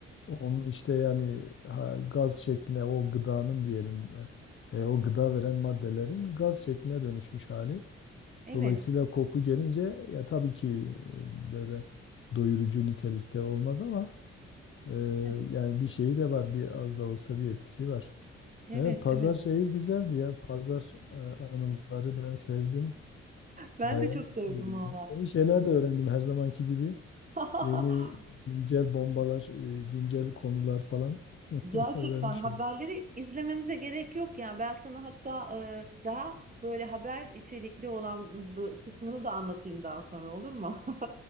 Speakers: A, on the left; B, on the right.
A: onun işte yani ha, gaz şekline o gıdanın diyelim e, e, o gıda veren maddelerin gaz şekline dönüşmüş hali.
B: Evet.
A: Dolayısıyla koku gelince ya tabii ki e, böyle doyurucu nitelikte olmaz ama e,
B: Heh,
A: yani bir şeyi de var bir az da olsa bir etkisi var.
B: Evet,
A: Evet pazar
B: evet.
A: şeyi güzeldi ya. Pazar e, anıları ben sevdim.
B: Ben
A: Bayağı
B: de çok sevdim
A: e,
B: valla.
A: yeni şeyler de öğrendim her zamanki gibi.
B: <laughs>
A: Yeni güncel bombalar, e, güncel konular falan <laughs>
B: Gerçekten
A: öğrenmiş
B: haberleri
A: oldum.
B: izlememize gerek yok ya. Ben sana hatta e, daha böyle haber içerikli olan bu kısmını da anlatayım daha sonra olur mu? <laughs>